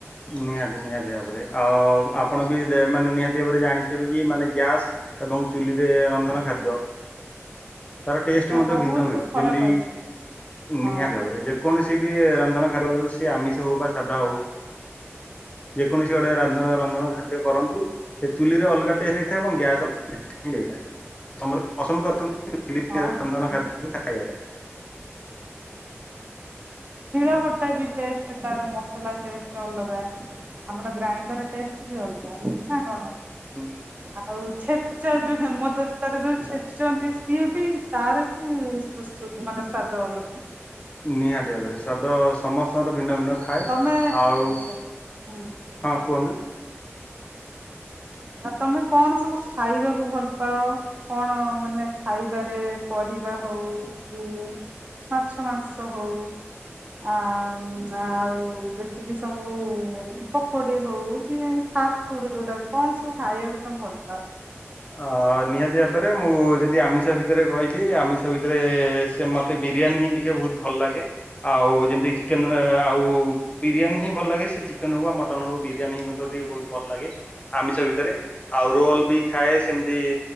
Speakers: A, on the left; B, on the right.
A: ନିହାତି ନିହାତି ଭାବରେ ଆଉ ଆପଣ ବି ମାନେ ନିହାତି ଭାବରେ ଜାଣିଥିବେ କି ମାନେ ଗ୍ୟାସ୍ ଏବଂ ଚୁଲିରେ ରନ୍ଧନ ଖାଦ୍ୟ।
B: <inaudible>
A: ତାର ଟେଷ୍ଟ ମଧ୍ୟ
B: ବହୁତ
A: ଭିନ୍ନ ହୁଏ
B: ଫରକ
A: ଯେମିତି
B: ଅଛି ହଁ
A: ନିହାତି ଭାବରେ ଯେକୌଣସି ବି ରମଧାନ- ସେ ଆମିଷ ହଉ ବା ସାଧା ହଉ। କୌଣସି ଗୋଟେ ରାଧା ରନ୍ଧନ ଖାଦ୍ୟ କରନ୍ତୁ। ସେ ଚୁଲି ରେ ଅଲଗା ଟେଷ୍ଟ ହେଇଥାଏ ଏବଂ ଗ୍ୟାସ୍- ଦେଇଥାଏ ସମସ୍ତେ ପସନ୍ଦ କରଛନ୍ତି। <unintelligible>
B: ହଁ
A: ରନ୍ଧନ
B: ହଁ
A: ଖାଦ୍ୟ <unintelligible>
B: ଶିଳ ବଟା ବି ଟେଷ୍ଟ ତାର ମସଲା ଟେଷ୍ଟ ଅଲଗା। ଆମର ଗ୍ରାଇଣ୍ଡର ଟେଷ୍ଟ ବି ଅଲଗା ନା କଣ?
A: ହୁଁ।
B: ଆଉ ଛେଚା ଯୋଉ ହେମଦସ୍ତାରେ ଯୋଉ ଛେଚୁଛନ୍ତି ସିଏ ବି ତାର ବି- <unintelligible> ମାନେ ସାଦ ଅଲଗା।
A: ନିହା- ସ୍ୱାଦ ସମସ୍ତଙ୍କର ଭିନ୍ନ ଭିନ୍ନ ଥାଏ
B: ତମେ
A: ଆଉ
B: ଆଚ୍ଛା ହୁଁ
A: ହଁ କୁହନ୍ତୁ।
B: <inaudible> ଆ ତମେ କଣ ସବୁ ଖାଇବାକୁ ଭଲ ପାଅ? କଣ ମାନେ ଖାଇବାରେ ପରିବା। ହଉ ହ ମାଛ ମାଂସ ହଉ। ଆ ଆଉ ଯେତିକି ସବୁ ପକୋଡି ହଉ ପି- ଫାଷ୍ଟ ଫୁଡ ଯୋଉଟା କଣ ସବୁ ଖାଇବାକୁ ତମେ ଭଲ ପାଅ?
A: ଅ ନିହାତି ଭାବରେ ମୁଁ ଯଦି ଆମିଷ ଭିତରେ କହିବି ଆମିଷ ଭିତରେ ସେ ମତେ। ବିରିୟାନୀ ହିଁ ଟିକେ ବହୁତ ଭଲ ଲାଗେ ଆଉ ଯେମିତି ଚିକେନ ଆଉ ବିରିୟାନୀ ହିଁ ଭଲ ଲାଗେ ସେ ଚିକେନ ହଉ ମଟନ ହଉ ବିରିୟାନୀ ହିଁ ମତେ ଟିକେ ବହୁତ ଭଲ ଲାଗେ ଆମିଷ ଭିତରେ ଆଉ ରୋଲ ବି ଖାଏ ସେମିତି